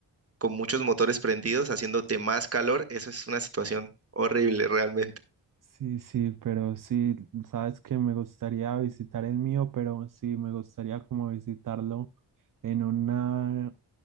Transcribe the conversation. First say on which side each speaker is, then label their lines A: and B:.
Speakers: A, on the right; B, on the right.
A: con muchos motores prendidos, haciéndote más calor. Eso es una situación horrible realmente.
B: Sí, sí, pero sí, sabes que me gustaría visitar el mío, pero sí, me gustaría como visitarlo en un